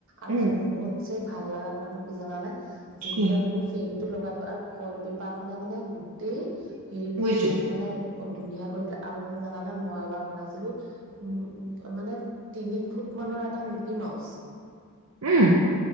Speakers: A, on the right (about 60°); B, on the right (about 80°).
A: আৰু
B: উম
A: চবতছে ভাল লগা কথাটো স জানা নাই যেতিয়া
B: কি
A: তুমি ফিং টো লগাই দিওঁ আৰু বইল পেপাৰখনে মানে গোটেই সেইটোৱে
B: বুজিছো
A: মানে অ', ধুনীয়া কৰি পেলাই আৰু তুমি জানে মই এবাৰ বনাইছিলো উম। মানে তিনি ফুট মানৰ এটা নিকি মাউচ।
B: উম।